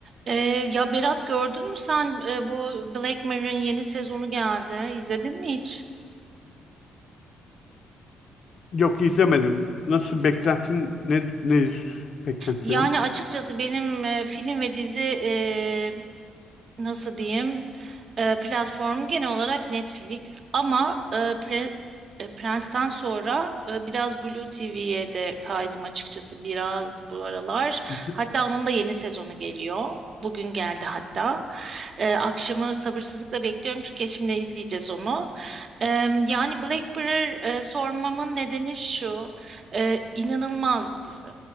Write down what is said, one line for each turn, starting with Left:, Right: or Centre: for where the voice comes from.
Right: Ee, ya Berat gördün mü sen e, bu Black Mirror'ın yeni sezonu geldi. İzledin mi hiç?
Left: Yok izlemedim. Nasıl beklentin ne, nedir? Beklentinin?
Right: Yani açıkçası benim e, film ve dizi e, nasıl diyeyim? E, platformu genel olarak Netflix ama e, Pre- e, Prens'ten sonra e, biraz Blue TV'ye de kaydım açıkçası biraz bu aralar.
Left: Hı hı.
Right: Hatta onun da yeni sezonu geliyor. Bugün geldi hatta. E, akşamı sabırsızlıkla bekliyorum çünkü eşimle izleyeceğiz onu. E, yani Black Mirror e, sormamın nedeni şu. E, inanılmaz bir dizi.